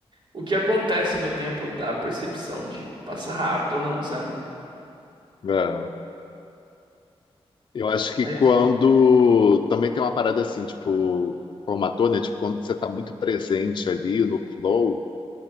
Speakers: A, on the right; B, on the left.
A: o que acontece no tempo da percepção de passar rápido ou não, sabe?
B: É. Eu acho que
A: É
B: quando
A: isso.
B: também tem uma parada assim, tipo, como ator, né? Tipo, quando você tá muito presente ali no flow,